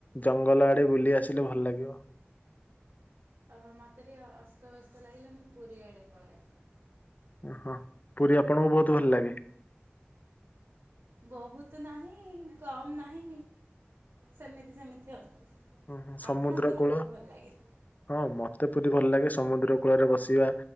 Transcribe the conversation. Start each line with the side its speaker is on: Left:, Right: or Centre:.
Left: ଜଙ୍ଗଲ ଆଡେ ବୁଲି ଆସିଲେ ଭଲ ଲାଗିବ।
Right: ଓହୋ ମୋତେ ଯେବେ ଅସ୍ତବସ୍ତ ଲାଗିଲା ମୁଁ ପୁରୀ ଆଡ଼େ ପଳାଏ।
Left: ଓହୋ ପୁରୀ ଆପଣଙ୍କୁ ବହୁତ ଭଲ ଲାଗେ?
Right: ବହୁତ ନାହିଁ କମ୍ ନାହିଁ ସେମିତି ସେମିତି ଆଉ।
Left: ଓହୋ ସମୁଦ୍ର
Right: ଆପଣଙ୍କୁ ବୋଧେ
Left: କୂଳ
Right: ବହୁତ ଭଲ ଲାଗେ।
Left: ହଁ ମତେ ପୁରୀ ଭଲ ଲାଗେ ସମୁଦ୍ର କୂଳରେ ବସିବା।